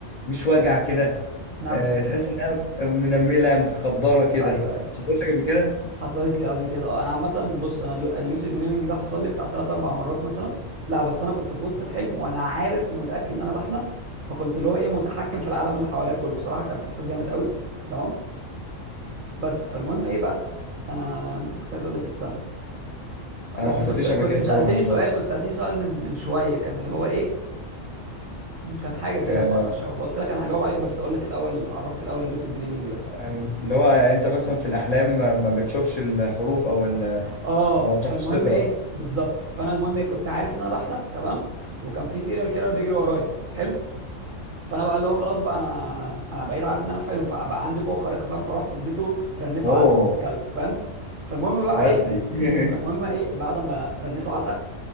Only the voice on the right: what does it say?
نغزه
ايوه ايوه
حصلت لي قبل كده اه انا عامه بص انا اللو- اللوسيد دريمينج ده حصل لي بتاع 3 4 مرات مثلا لا بس انا كنت في وسط الحلم وانا عارف ومتاكد ان انا بحلم فكنت اللي هو ايه متحكم في العالم اللي حواليا كله بصراحه كان احساس جامد قوي تمام بس فالمهم ايه بقى انا انا نسيت كنت عايز اقول لك إيه، استنى
لا
انت
كنت كنت
سالتني
سؤال كنت سالتني سؤال من من شويه كان اللي هو ايه كان حاجه كده
عشان فقلت لك انا هجاوب عليك بس اقول لك الاول اعرفك الاول اللوسيد دريمينج ده
اه
فالمهم
ايه بالظبط فانا المهم ايه كنت عارف ان انا بحلم تمام وكان في سيريال كيلر بيجري ورايا حلو فانا بقى اللي هو خلاص بقى انا انا بقيت عارف ان انا في حلم فبقى عندي قوه خارقه فاهم فروحت اديته رنيته
علقه بنت كلب فاهم فالمهم بقى
ايه
فالمهم ايه بعد ما رنيته علقه